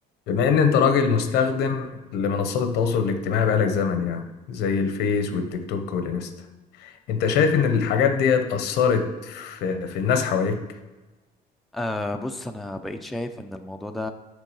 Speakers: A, on the left; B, in the centre.
A: بما ان انت راجل مستخدم لمنصات التواصل الاجتماعي بقالك زمن يعني زي الفيس والتيك توك والانستا انت شايف ان الحاجات دي اثرت في, في الناس حواليك
B: أه بص انا بقيت شايف ان الموضوع ده